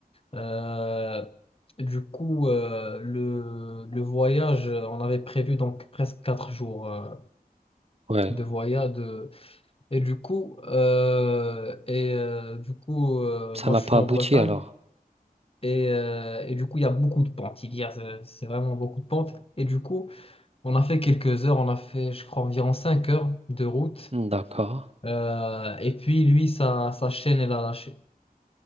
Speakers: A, on the left (about 35°); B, on the right (about 40°).
A: Euh, du coup, euh, le, le voyage, euh, on avait prévu donc presque quatre jours euh,
B: ouais.
A: de voyage, et du coup, euh, et, euh, du coup euh,
B: Ça
A: moi
B: n'a
A: je
B: pas
A: suis en
B: abouti
A: Bretagne
B: alors.
A: et, euh, et du coup il y a beaucoup de pentes. Il y a, c'est c'est vraiment beaucoup de pentes. Et du coup, on a fait quelques heures, on a fait je crois environ 5 heures de route.
B: Hmm, D'accord,
A: Euh, et puis lui, sa, sa chaîne, elle a lâché.